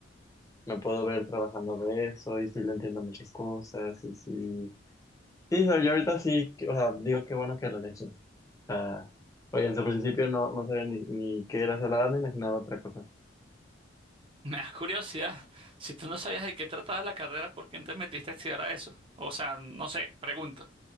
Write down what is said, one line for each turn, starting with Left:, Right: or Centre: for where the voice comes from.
Left: me puedo ver trabajando de eso y sí le entiendo muchas cosas y sí... Sí, o sea, yo ahorita sí, que- o sea, digo qué bueno que lo elegí. O sea, oye, en su principio no, no sabía ni, ni qué era salada, me imaginaba otra cosa.
Right: Me da curiosidad, si tú no sabías de qué trataba la carrera, ¿por qué no te metiste a estudiar a eso? O sea, no sé, pregunto.